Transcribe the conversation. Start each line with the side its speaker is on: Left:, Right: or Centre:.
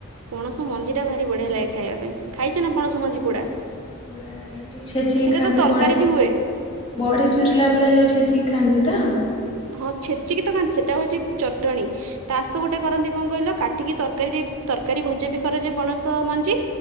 Right: ପଣସ ମଞ୍ଜିଟା ଭାରି ବଢ଼ିଆ ଲାଗେ ଖାଇବା ପାଇଁ।
Left: <unintelligible>
Right: ଖାଇଛ ନା ପଣସ ମଞ୍ଜି ପୋଡ଼ା
Left: ପଡା ଯୋଉ ଛେଚିକି
Right: ସେଥିରେ
Left: ଖାଆନ୍ତି
Right: ତ ତରକାରୀ
Left: ବଡି
Right: ବି ହୁଏ।
Left: ବଢି ଚୁୁରିଲା ଭଳିଆ ଯୋଉ ଛେଚିକି ଖାଆନ୍ତି ତ?
Right: ହଁ ଛେଚିକି ତ ଖାଆନ୍ତି ସେଇଟା ହଉଛି ଚଟଣୀ। ତାସହ ଗୋଟେ କରନ୍ତି କଣ କହିଲ କାଟିକି ତରକାରୀ ତରକାରୀ ଭଜା ବି କରାଯାଏ ପଣସ ମଞ୍ଜି